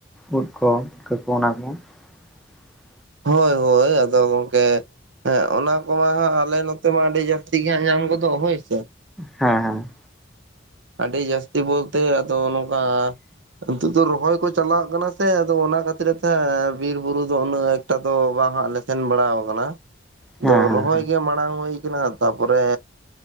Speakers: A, in the centre; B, on the right (about 65°).
A: ᱩᱫ ᱠᱚ ᱯᱩᱴᱠᱟᱹ ᱠᱚ ᱚᱱᱟ ᱠᱚ? <inaudible>
B: ᱦᱳᱭ ᱦᱳᱭ ᱟᱫᱚ ᱜᱚᱝᱠᱮ ᱦᱮᱸ ᱚᱱᱟ ᱠᱚᱢᱟ ᱦᱟᱸᱜ ᱟᱞᱮ ᱱᱚᱛᱮ ᱢᱟ ᱟᱹᱰᱤ ᱡᱟᱹᱥᱛᱤ ᱜᱮ ᱦᱟᱸᱜ ᱧᱟᱢ ᱜᱚᱫᱚᱜᱼᱟ ᱦᱳᱭ ᱥᱮ ᱾
A: ᱦᱮᱸ ᱦᱮᱸ ᱾
B: ᱟᱹᱰᱤ ᱡᱟᱹᱥᱛᱤ ᱵᱳᱞᱛᱮ ᱟᱫᱚ ᱱᱚᱝᱠᱟ ᱱᱤᱛᱳᱜ ᱫᱚ ᱨᱚᱦᱚᱭ ᱠᱚ ᱪᱟᱞᱟᱜ ᱠᱟᱱᱟ ᱥᱮ ᱟᱫᱚ ᱚᱱᱟ ᱠᱷᱟᱹᱛᱤᱨ ᱛᱮ ᱦᱟᱸᱜ ᱵᱤᱨ ᱵᱩᱨᱩ ᱫᱚ ᱩᱱᱟᱹᱜ ᱮᱠ ᱴᱟ ᱫᱚ ᱵᱟᱝ ᱦᱟᱸᱜ ᱞᱮ ᱥᱮᱱ ᱵᱟᱲᱟ ᱠᱟᱱᱟ, ᱟᱫᱚ
A: ᱦᱮᱸ ᱦᱮᱸ
B: ᱨᱚᱦᱚᱭ ᱜᱮ ᱢᱟ ᱵᱟᱝ ᱦᱩᱭ ᱠᱟᱱᱟ, ᱛᱟᱯᱚᱨᱮ